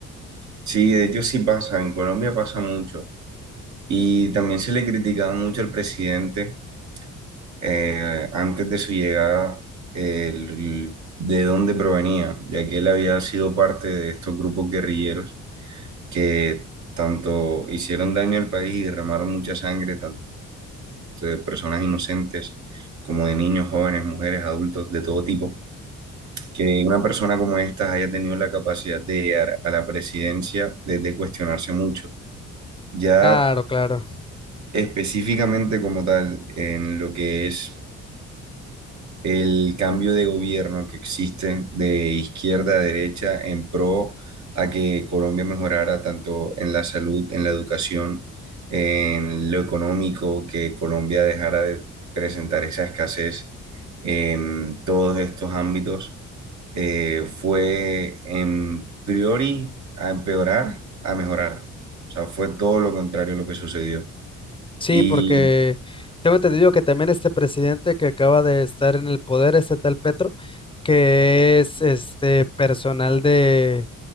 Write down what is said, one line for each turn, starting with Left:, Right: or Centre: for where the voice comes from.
Right: Sí, de hecho sí pasa, en Colombia pasa mucho y también se le criticaba mucho al presidente eh, antes de su llegada el- de dónde provenía, ya que él había sido parte de estos grupos guerrilleros que tanto hicieron daño al país y derramaron mucha sangre, tanto de personas inocentes como de niños, jóvenes, mujeres, adultos, de todo tipo, que una persona como esta haya tenido la capacidad de llegar a la presidencia de, de cuestionarse mucho. Ya
Left: Claro, claro.
Right: específicamente como tal, en lo que es el cambio de gobierno que existe de izquierda a derecha en pro a que Colombia mejorara tanto en la salud, en la educación, en lo económico, que Colombia dejara de presentar esa escasez en todos estos ámbitos, eh, fue en priori a empeorar, a mejorar. O sea, fue todo lo contrario lo que sucedió.
Left: Sí,
Right: Y
Left: porque tengo entendido que también este presidente que acaba de estar en el poder, este tal Petro, que es este personal de